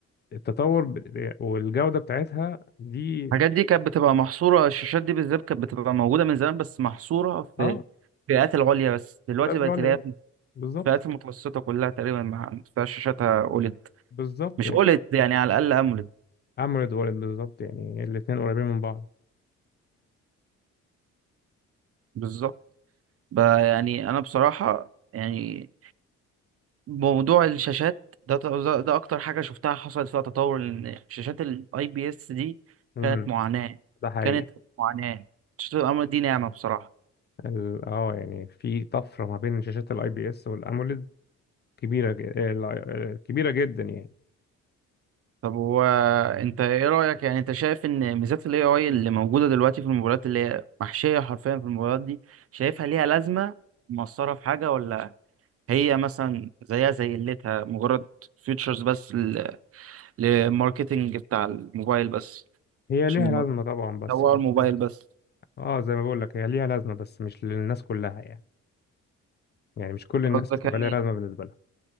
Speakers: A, on the left; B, on the right.
A: التطور ب- والجوده بتاعتها دي
B: الحاجات دي كانت بتبقى محصورة الشاشات دي بالذات كانت بتبقى موجودة من زمان بس محصورة في
A: اه
B: الفئات العليا بس دلوقتي
A: بتاعت
B: بقت
A: الأولد
B: تلاقيها في
A: بس بالظبط
B: الفئات المتوسطة كلها تقريبا ما فيهاش شاشاتها أولد
A: بالظبط
B: مش
A: يعني
B: أولد يعني على الأقل أمولد
A: اموليد اوليد بالظبط يعني الاثنين قريبين من بعض
B: بالظبط بقى يعني أنا بصراحة يعني موضوع الشاشات ده ده ده اكتر حاجه شفتها حصلت فيها تطور ان شاشات الاي بي اس دي
A: امم
B: كانت معاناه
A: ده حقيقي
B: كانت معاناه شاشات الامر دي نعمه بصراحه
A: ال- اه يعني في طفره ما بين شاشات الاي بي اس والاموليد كبيرة ج- آه، لا- آه، كبيرة جدا يعني
B: طب هو انت ايه رايك يعني انت شايف ان ميزات الاي اي اللي موجوده دلوقتي في الموبايلات اللي هي محشيه حرفيا في الموبايلات دي شايفها ليها لازمه مؤثره في حاجه ولا هي مثلا زيها زي قلتها مجرد فيتشرز بس للماركتنج بتاع الموبايل بس
A: هي
B: عشان
A: ليها
B: يمر-
A: لازمة طبعا بس
B: يسوقوا
A: مش
B: الموبايل
A: لل...
B: بس
A: اه زي ما بقول لك هي ليها لازمة بس مش للناس كلها يعني يعني مش كل الناس
B: قصدك
A: هتبقى
B: يعني
A: ليها لازمة بالنسبة لها